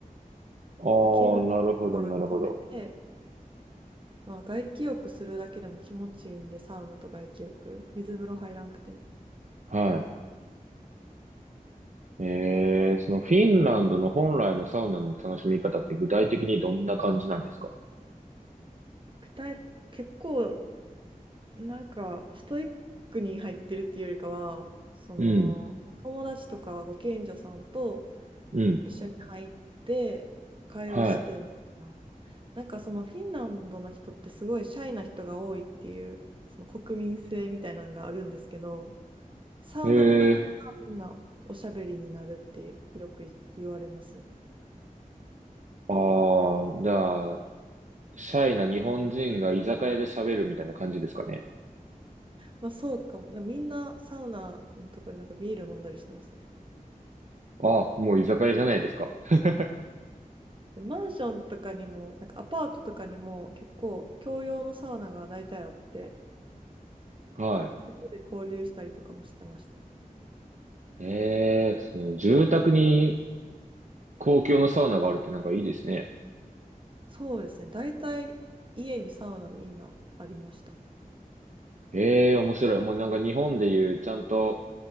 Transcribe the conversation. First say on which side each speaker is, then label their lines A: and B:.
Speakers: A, on the right; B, on the right.
A: ああ、
B: まあ、気分いいところで止めて、
A: なるほど、なるほど。
B: まあ、外気浴するだけでも気持ちいいんで、サウナと外気浴、水風呂入らんくても。
A: はい。えー、そのフィンランドの本来のサウナの楽しみ方って具体的にどんな感じなんですか
B: くえ、結構、なんか、ストイックに入ってるっていうよりかは、その、
A: うん、
B: 友達とかご近所さんと
A: うん、
B: 一緒に入って、会話してみたいな。
A: は
B: なんかそのフィンランドの人ってすごいシャイな人が多いっていうその国民性みたいなのがあるんですけど、サウナの中ではみんなおしゃべりになるってよくい言われますね。
A: い。えー、ああ、じゃあ、シャイな日本人が居酒屋で喋るみたいな感じですかね。
B: まあそうかも。なみんなサウナのとこでなんかビール飲んだりしてますね。
A: あ、もう居酒屋じゃないですか。<laughs>
B: でマンションとかにも、なんかアパートとかにも結構共用のサウナが大体あって、
A: は
B: で、そこで交流したりとかもしてました。
A: い。えー、その住宅に公共のサウナがあるってなんかいいですね。
B: そうですね。大体家にサウナみんなありました。
A: ええ面白い。もうなんか日本でいうちゃんと、